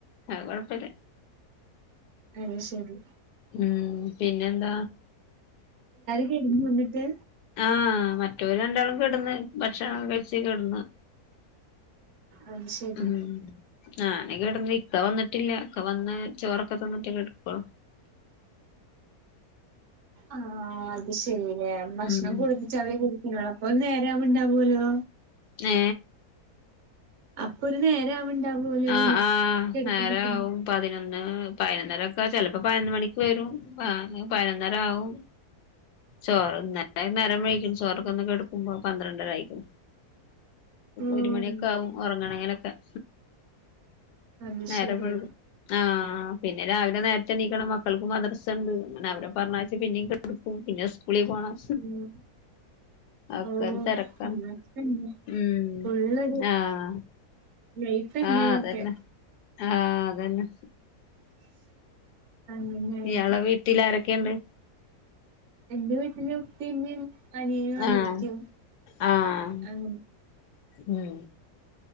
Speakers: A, on the left; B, on the right.
A: അത് കൊഴപ്പില്ല
B: അത് ശരി
A: ഉം പിന്നെ എന്താ
B: ഇതിനു മുന്നെക്കെ
A: ആഹ് മറ്റൊര് രണ്ടാളും കെടന്ന് ഭക്ഷണം കഴിച്ച് കെടന്ന്
B: അത് ശരി.
A: ഉംമ് <unintelligible> ഞാന് കെട്ടന്ന് ഇക്ക വന്നിട്ടില്ലക്ക വന്ന് ചോറൊക്കെ തിന്നിട്ടേക്കെ കെടുക്കോളു
B: ആഹ് അത് ശരിയി ഭക്ഷണം
A: ഉം
B: കൊടുത്തി- ചവ <unintelligible> ല കുടിക്കണോ അപ്പൊ നേരാ ഇണ്ടാവേലോ
A: ഏ
B: അപ്പൊ ഒരു നേരം ആവണ്ടാവുല്ലോന്ന്
A: ആഹ് ആഹ്
B: കിടക്കുമ്പോത്തിനും
A: നേരാവും പതിനൊന്ന് പതിനൊന്നര ഒക്കെ ചെലപ്പോ പതിനൊന്ന് മണിക്ക് വരും പതിനനൊന്നര ആവും ചോറ് വഴിക്കും ചോറൊക്കെ തിന്ന് കിടക്കുമ്പോ പന്ത്രണ്ടര ആയിക്കും
B: ഉം
A: ഒരു മണിയൊക്കെ ആകും ഉറങ്ങണെങ്ങലൊക്കെ -
B: അത്
A: നേരം
B: ശരി.
A: വെളുക്കും ആഹ് പിന്നെ രാവിലെ നേരത്തെ എണിക്കണം മക്കൾക്ക് മദർസയുണ്ട് അവരെ പറഞ്ഞയച്ച് പിന്നെ കെ - കൊടു <unintelligible> ക്ക പിന്നെ സ്കൂളിൽ പോണം
B: ഉം
A: ഒക്കെ
B: ഓഹ്
A: ഒരു തിരക്കാണ്
B: അങ്ങനൊക്കെന്നെ.
A: ഉം
B: ഫുള്ളൊരു
A: ആഹ്
B: ലൈഫന്നെന്നൊക്കെ
A: ആഹ് അത് തന്നെ ആഹ് അത് തന്നെ
B: അന്നെ ആട്ട
A: ഇയാളെ വീട്ടിൽ ആരൊക്കെയുണ്ട്
B: <unintelligible> എന്റെ വീട്ടല് ഉപ്പയും ഉമ്മയും അനിയനും അനിയത്തിയും
A: ആഹ് ആഹ്
B: അ-
A: ഉം